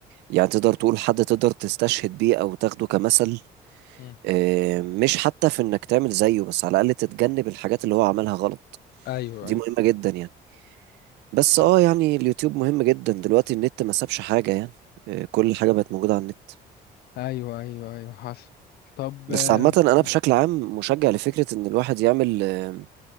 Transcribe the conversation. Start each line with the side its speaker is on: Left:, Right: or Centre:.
Right: يعني تقدر تقول حد تقدر تستشهد بيه او تاخده كمثل
Left: مم.
Right: آه، مش حتى في انك تعمل زيه بس على الاقل تتجنب الحاجات اللي هو عملها غلط
Left: ايوه
Right: دي
Left: ايوه
Right: مهمة جدا يعني بس
Left: ص-
Right: اه يعني اليوتيوب مهم جدا دلوقتي النت ما سابش حاجة يعني آه، كل حاجة بقت موجودة على النت
Left: أيوه أيوه أيوه حصل طب
Right: بس
Left: آه،
Right: عامة أنا
Left: م.
Right: بشكل عام مشجع لفكرة إن الواحد يعمل آه،